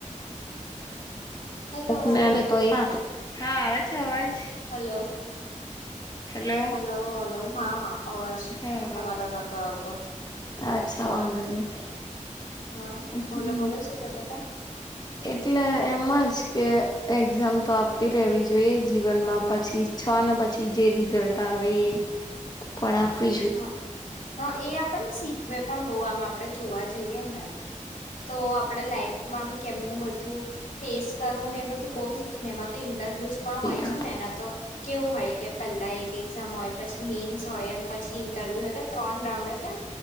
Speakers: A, on the left; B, on the left.
A: હલો
B: કોક મલે તો એ હા આવે છે અવાજ.
A: હલો
B: હેલો
A: હલો હલો હા હા. અવાજ
B: હા
A: તમારો નતો આવતો
B: હા અચ્છા વાંધો નહી.
A: હા
B: હમ,
A: બોલો બોલો શું કેતા હતા.
B: એટલે એમ જ કે એક્ઝામ તો આપવી રહેવી જોઈએ જીવનમાં પછી. છ ને પછી જે રિઝલ્ટ આવે એ પણ આપવી જોઈએ.
A: હા હા એ આપણને શીખવે પણ બઉ આમ આપડે જોવા જઈએ ને. તો આપણે લાઈફમાંમ કેમનું બધું. ફેસ કરવું ને એ બધું બઉ શીખવે ને એમાં તો ઇન્ટરવ્યુઝ પણ
B: જોઈએ
A: હોય છે ને એના તો. કેવું હોય કે પહેલા એક એક્ઝામ હોય પછી મેન્સ હોય પછી ઇન્ટરવ્યુ એટલે ત્રણ રાઉન્ડ એટલે.